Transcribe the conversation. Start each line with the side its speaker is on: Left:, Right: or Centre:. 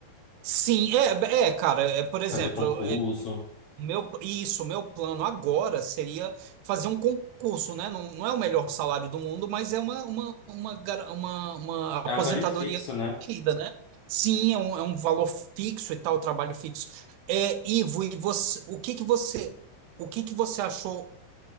Right: sim, é, é, cara, é, por exemplo,
Left: Fazer concurso.
Right: O Meu, isso, o meu plano agora seria fazer um concurso, né? Não, não é o melhor salário do mundo, mas é uma, uma, uma, gar- uma, uma aposentadoria
Left: É algo ali fixo, né?
Right: garantida, né? Sim, é um, é um valor fixo e tal, trabalho fixo. É, Ivo, e você, o que que você, o que que você achou,